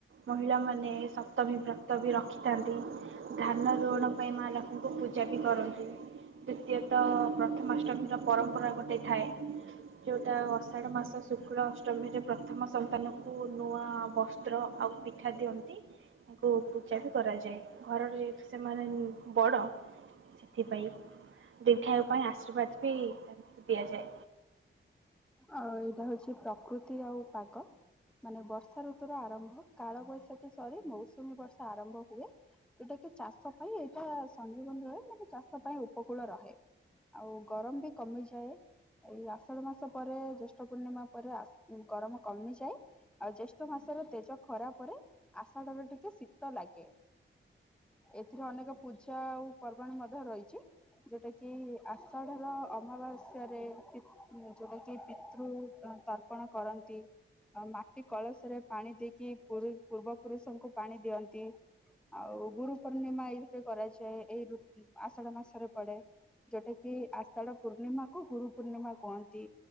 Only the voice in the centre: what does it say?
ଆଉ ଏଇଟା ହଉଛି ପ୍ରକୃତି ଆଉ ପାଗ। ମାନେ ବର୍ଷା ଋତୁୁର ଆରମ୍ଭ କାଳ ବୈଶାଖୀ ସରି ମୌସୁମୀ ବର୍ଷା ଆରମ୍ଭ ହୁଏ। ଏଇଟା କି ଚାଷ ପାଇଁ ଏଇଟା ସଂଯୀବନି ରହେ ମାନେ ଚାଷ ପାଇଁ ଉପକୂଳ ରହେ। ଆଉ ଗରମ ବି କମିଯାଏ, ଏଇ ଆଷାଢ ମାସ ପରେ ଜ୍ୟେଷ୍ଠ ପୂର୍ଣ୍ଣିମା ପରେ ଆଶ ଗରମ କମିଯାଏ। ଆଉ ଜ୍ୟେଷ୍ଠ ମାସରେ ତେଜ ଖରା ପରେ ଆଷାଢ ରେ ଟିକେ ଶୀତ ଲାଗେ। ଏଥିରେ ଅନେକ ପୂଜା ଆଉ ପର୍ବାଣି ମଧ୍ୟ ରହିଛି। ଯୋଉଟା କି ଆଷାଢ ର ଅମାବାସ୍ୟାରେ ପି ଯୋଉଟା କି ପିତୃ ଉଁ, ତର୍ପଣ କରନ୍ତି। ଆଉ ମାଟି କଳସରେ ପାଣି ଦେଇକି ପୁର ପୂର୍ବ ପୁରୁଷଙ୍କୁ ପାଣି ଦିଅନ୍ତି। ଆଉ ଗୁରୁ ପୂର୍ଣ୍ଣିମା ଏଇଥିରେ କରାଯାଏ ଏଇ ଋ ଆଷାଢ ମାସରେ ପଡେ। ଯେଟା କି ଆଷାଢ଼ ପୂର୍ଣ୍ଣିମାକୁୁ ଗୁରୁ ପୂର୍ଣ୍ଣିମା କୁହନ୍ ତି